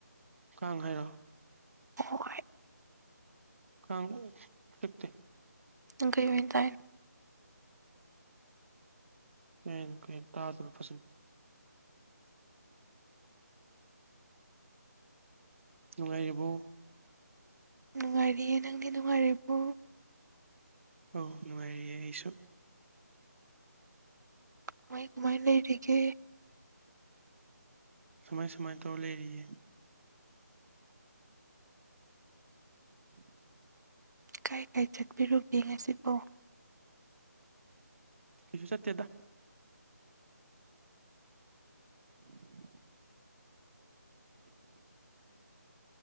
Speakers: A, on the right; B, on the right.
A: ꯀꯥꯡ ꯍꯥꯏꯔꯛꯑꯣ
B: ꯍꯣꯏ
A: ꯀꯥꯡ ꯑꯣ ꯆꯤꯛꯇꯦ
B: ꯅꯥꯪꯀꯩ ꯑꯣꯏꯅꯅꯇꯥꯏ
A: ꯀꯦ ꯀꯦ ꯇꯥꯜ ꯐꯁꯅ ꯅꯨꯡꯉꯥꯏꯔꯤꯕꯣ
B: ꯅꯨꯡꯉꯥꯏꯔꯤꯌꯦ ꯅꯪꯗꯤ ꯅꯨꯡꯉꯥꯏꯔꯤꯕꯨ
A: ꯑꯣ ꯅꯨꯪꯉꯥꯏꯔꯤꯌꯦ ꯑꯩꯁꯨ
B: ꯀꯃꯥꯏ ꯀꯃꯥꯏ ꯂꯩꯔꯤꯒꯦ
A: ꯁꯃꯥꯏ ꯁꯃꯥꯏ ꯇ ꯂꯩꯔꯤꯌꯦ <inaudible>
B: ꯀꯥꯏ ꯀꯥꯏ ꯆꯠꯄꯤꯔꯨꯒꯦ ꯉꯁꯤꯕꯣ
A: ꯀꯩꯁꯨ ꯆꯠꯇꯦꯗ <inaudible> <inaudible>